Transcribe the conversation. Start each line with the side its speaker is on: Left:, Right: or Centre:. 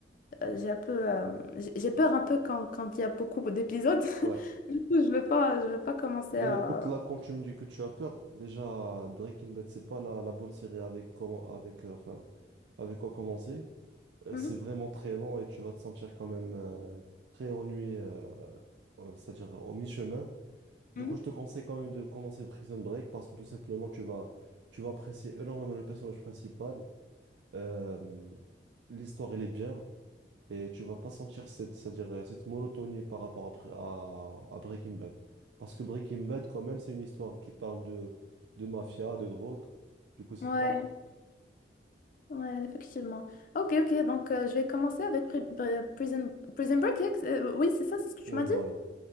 Left: euh, j'ai un peu, euh, j'ai j'ai peur un peu quand, quand il y a beaucoup d'épisodes. <laughs>
Right: Ouais.
Left: Du coup, je veux pas, je veux pas commencer
Right: Mais
Left: à...
Right: écoute, là, quand tu me dis que tu as peur, déjà, Breaking Bad, c'est pas la, la bonne série avec, comment, avec, euh, enfin, avec quoi commencer. euh,
Left: Mhm,
Right: c'est vraiment très lent et tu vas te sentir quand même euh, très ennuyé, euh, euh, c'est-à-dire au mi-chemin. Du
Left: mhm.
Right: coup, je te conseille quand même de commencer Prison Break parce que tout simplement, tu vas, tu vas apprécier énormément le personnage principal. Euh, l'histoire, elle est bien et tu vas pas sentir cette, c'est-à-dire euh, cette monotonie par rapport à, Pre- à, à Breaking Bad. Parce que Breaking Bad, quand même, c'est une histoire qui parle de, de mafia, de drogue. Du coup, c'est
Left: Ouais,
Right: pas...
Left: ouais, effectivement. Ok, ok, donc euh, je vais commencer avec Pri- Br- Prison, Prison Break. ex- euh, oui, c'est ça, c'est ce que tu
Right: Oui,
Left: m'as dit.
Right: voilà.